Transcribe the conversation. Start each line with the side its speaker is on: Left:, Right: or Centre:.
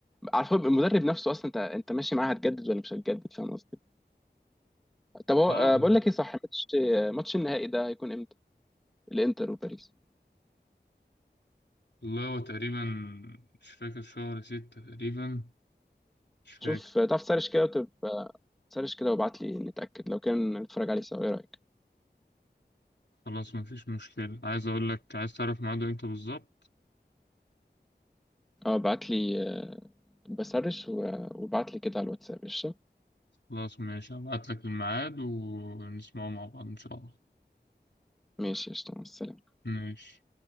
Centre: على فكرة المدرب نفسه اصلا انت انت ماشي معاه هتجدد ولا مش هتجدد فاهم قصدي طب هو
Left: آه
Centre: آه، بقول لك ايه صح ماتش آه، ماتش النهائي ده هيكون امتى الانتر وباريس
Left: والله هو تقريبا مش فاكر شهر ستة تقريبا مش فاكر
Centre: شوف آه، تعرف تسرش كده وتبقى سرش كده وابعت لي نتأكد لو كان نتفرج عليه سوا ايه رأيك
Left: خلاص مفيش مشكلة عايز أقول لك عايز تعرف ميعاده إمتى بالظبط
Centre: اه ابعت لي آه، بسرش و- وابعت لي كده على الواتساب قشطة
Left: خلاص ماشي هبعت لك الميعاد ونسمعه مع بعض إن شاء الله
Centre: ماشي قشطة مع السلامة
Left: ماشي